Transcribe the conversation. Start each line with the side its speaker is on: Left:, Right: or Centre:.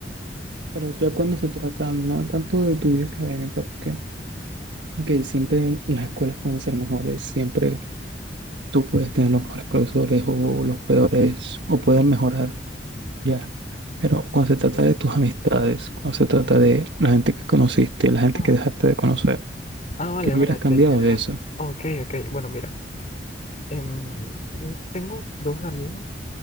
Right: Pero ya cuando se trata no tanto de tu vida académica, porque ok, siempre las escuelas pueden ser mejores, siempre tú puedes tener los mejores profesores o los peores, o pueden mejorar, ya. Pero cuando se trata de tus amistades, cuando se trata de la gente que conociste, la gente
Left: Ah,
Right: que dejaste de conocer,
Left: ah, vale,
Right: ¿qué
Left: vale,
Right: hubieras cambiado
Left: <laughs> te- te-
Right: de
Left: ah,
Right: eso?
Left: ok, ok, bueno, mira. Em, tengo dos amigos